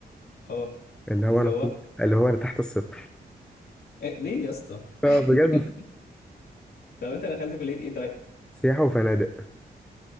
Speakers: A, on the left (about 65°); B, in the centre.
A: اه
B: اللي
A: اللي
B: هو انا
A: هو
B: كنت- اللي هو انا تحت الصفر
A: إيه ليه يا اسطى
B: اه
A: <laughs>
B: بجد
A: طب انت دخلت كليه ايه طيب
B: سياحه وفنادق